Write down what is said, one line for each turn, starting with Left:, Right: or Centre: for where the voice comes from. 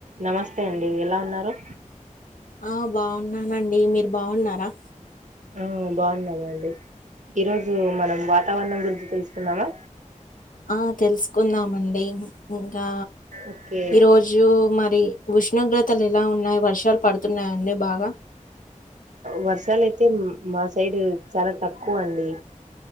Right: నమస్తే అండి ఎలా ఉన్నారు
Left: ఆ బాగున్నానండి మీరు బాగున్నారా
Right: ఆ బాగున్నామా అండి ఈరోజు మనం వాతావరణం గురించి తెలుసుకుందామా
Left: ఆ తెలుసుకుందామండి ఇంకా
Right: ఓకే
Left: ఈరోజు మరి ఉష్ణోగ్రతలు ఎలా ఉన్నాయి వర్షాలు పడుతున్నాయిండి బాగా
Right: వర్ష లే అయితే మాస సైడ్ చాలా తక్కువ అండి